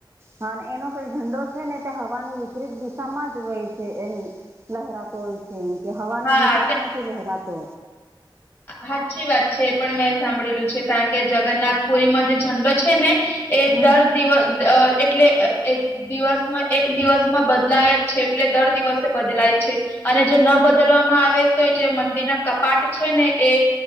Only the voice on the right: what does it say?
હ ને એનો કઈ ઝંડો છે, ને તે હવાની વિપરીત દિશામાં જ હોય છે એની... લહેરાતો હોય છે એમ કે હવાની
દિશામાં નથી લહેરાતો.
હમ